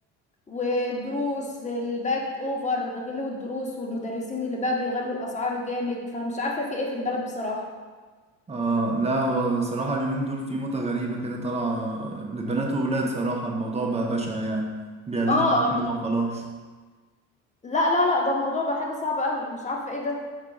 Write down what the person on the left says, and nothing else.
والدروس اللي بقت اوفر بيغلوا الدروس والمدرسين اللي بقى بيغلوا الاسعار جامد فمش عارفه في ايه في البلد بصراحه
اه
لا لا لا ده الموضوع بقى حاجه صعبه قوي مش عارفه ايه ده